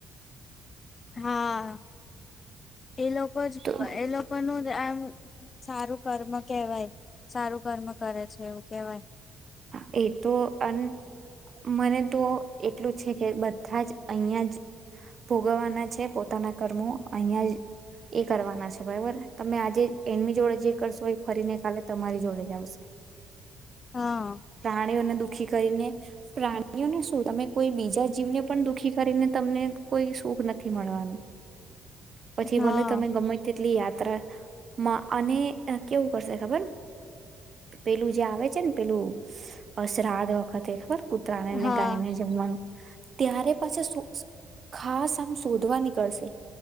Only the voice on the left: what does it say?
હા, એ લોકો જ
એ લોકોનું આમ સારું કર્મ કેવાય સારું કર્મ કરે છે. એવું કેવાય
હા
હા
હા.